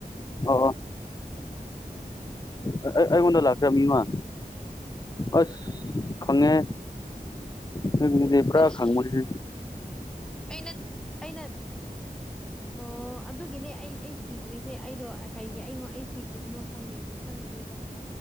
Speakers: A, on the left (about 25°); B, in the centre.
A: ꯑꯣ ꯑꯥ ꯑꯥ ꯑꯩꯉꯣꯟꯗꯥ ꯂꯥꯛꯈ꯭ꯔꯦ ꯃꯤ ꯑꯃ ꯑꯁ ꯈꯪꯉꯦ ꯅꯪꯖꯤꯗꯤ ꯄꯨꯔꯥ
B: ꯑꯁ
A: ꯈꯪꯕꯅꯦꯍꯦ
B: ꯑꯩꯅ ꯑꯩꯅ ꯑꯣ ꯑꯗꯨꯒꯤꯅꯦ ꯑꯩ ꯑꯩ ꯁꯤꯗ꯭ꯔꯤꯁꯦ ꯑꯩꯗꯣ ꯀꯩꯒꯤ ꯑꯩꯉꯣ ꯑꯩ ꯁꯤꯗ꯭ꯔꯤꯕꯅꯣ ꯈꯪꯗꯦ ꯈꯜꯂꯤꯅꯦꯕ